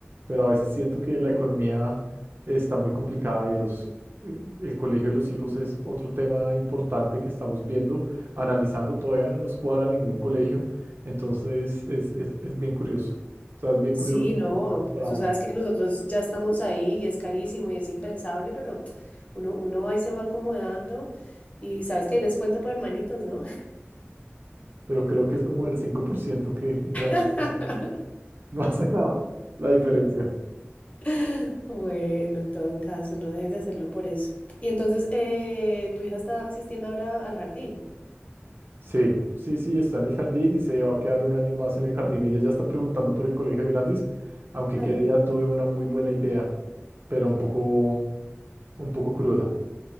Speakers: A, on the right; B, on the left.
A: pero a veces siento que la economía está muy complicada y los, el colegio de los hijos es otro tema importante que estamos viendo, analizando, todavía no nos cuadra ningún colegio, entonces es, es, es bien curioso, o sea, es bien curioso
B: Sí,
A: porque
B: no,
A: no sabemos para
B: pues
A: dónde,
B: tú sabes que nosotros ya estamos ahí y es carísimo y es impensable, pero uno, uno ahí se va acomodando y sabes que hay descuento por hermanitos, ¿no?
A: pero creo que es como el 5% que realmente
B: <laughs>
A: no <laughs> no hace la, la diferencia.
B: <laughs> Bueno, en todo caso, no dejes de hacerlo por eso. Y entonces, eh, tu hija está asistiendo ahora al jardín.
A: Sí, sí, sí, está en el jardín y se va a quedar un año más en el jardín. Ella ya está preguntando por el colegio de grandes, aunque
B: Ay,
A: qué día tuve una muy buena idea, pero un poco, un poco cruda.